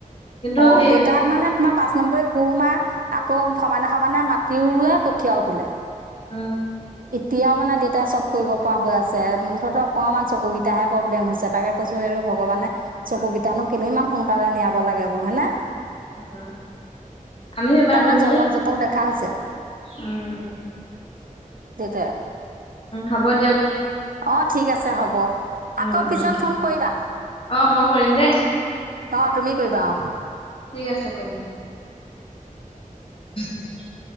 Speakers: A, on the left; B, on the right.
A: কিন্তু
B: অ
A: সেই
B: দেউতা মানে তোমাৰ পাঁচ নম্বৰ কোৰ মাৰে, আকৌ সমানে- সমানে মা তিউ ৰুৱে, কঠীয়াও তোলে।
A: উম্
B: এতিয়াও মানে দেউতাই চব কৰিব পৰা হৈ আছে, মুঠতে অকণমান চকুকেইটাহে প্ৰব্লেম হৈছে, তাকে কৈছো হেৰ ভগৱানে চকু গী জানো কেলে ইমান সোনকালে নিয়াব লাগে বোলো হয় নে।
A: উম, আমিও এবাৰ
B: তাৰমানে
A: ৰুম
B: জলক
A: বুলি,
B: জপক দেখা হৈছে
A: উম।
B: <unintelligible>
A: উম হ'ব দিয়ক।
B: অ ঠিক ঠিক আছে হ'ব। আকৌ
A: উম, উম,
B: পিছত ফোন কৰিবা
A: অ', মই কৰিম দেই,
B: অঁ তুমি কৰিবা অঁ
A: ঠিক আছে কৰিম। <inaudible>